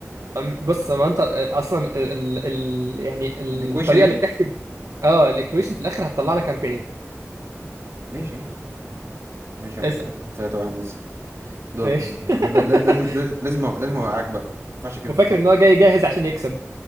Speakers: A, on the right; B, on the right.
A: أم، بص ما انت آه، اصلا ال... ال... يعني الطريقه
B: الايكويشن يعني
A: اللي بتحسب اه الايكويشن في الاخر هتطلع لك 40
B: ماشي ماشي يا
A: اسال
B: عم تلاتة واحد لسه دور
A: ماشي
B: دور-
A: <laughs>
B: لا- لا- لازم لازم لازم اوقعك بقى ما ينفعش كده
A: وفاكر ان هو جاي جاهز عشان يكسب